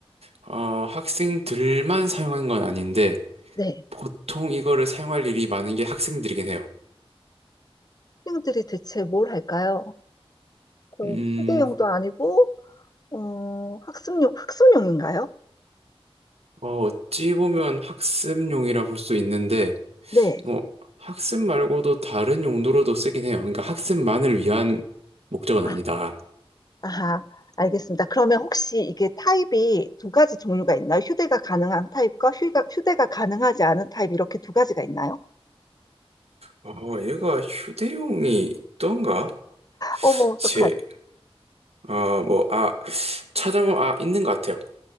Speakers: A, on the right (about 80°); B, on the left (about 40°).
A: 어, 학생들만 사용하는 건 아닌데
B: 네.
A: 보통 이거를 사용할 일이 많은 게 학생들이긴 해요.
B: 학생들이 대체 뭘 할까요? 그
A: 음,
B: 휴대용도 아니고, 어, 학습용, 학습용인가요?
A: 어, 어찌 보면 학습용이라 볼 수 있는데
B: 네.
A: 뭐 학습 말고도 다른 용도로도 쓰긴 해요. 그러니까 학습만을 위한 목적은
B: 아,
A: 아니다.
B: 아하, 알겠습니다. 그러면 혹시 이게 타입이 두 가지 종류가 있나요? 휴대가 가능한 타입과 휴가, 휴대가 가능하지 않은 타입 이렇게 두 가지가 있나요?
A: 어, 얘가 휴대용이 있던가?
B: 어머, 어떡하지?
A: 제, 어, 뭐, 아, 찾아보면, 아, 있는 것 같아요.